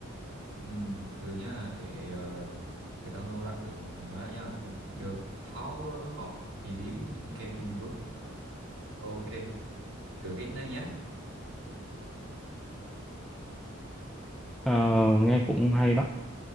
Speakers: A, on the right; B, in the centre.
A: Ừm, từ nhá để ờ, để tao nâu lại từ mình nói lại nhá The power of believing you can improve ok thử cái này nhá
B: Ờ, nghe cũng hay đó